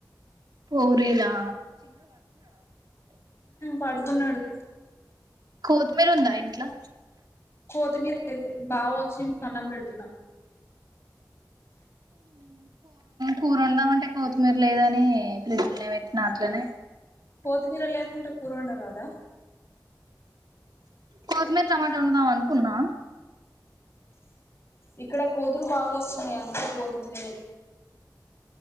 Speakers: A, on the right (about 70°); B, on the left (about 35°).
A: పోరేలా
B: పాడుకున్నాడు
A: కొతిమీర ఉందా ఇంట్లో
B: కోతిమీర లేదు బాగా వచ్చి అన్నం పెడుతున్నా
A: కూరందామంటే కొత్తిమీర లేదని ఫ్రిడ్జ్లునే ఏమి ఎత్తిన అట్లనే
B: కొత్తిమీర లేకుంటే కూరండ రాదా
A: కొతిమీర టమాటా ఉన్నదాం అనుకున్నా
B: ఇక్కడ కోతులు బాగా వస్తున్నాయి అందుక కోతు తంగర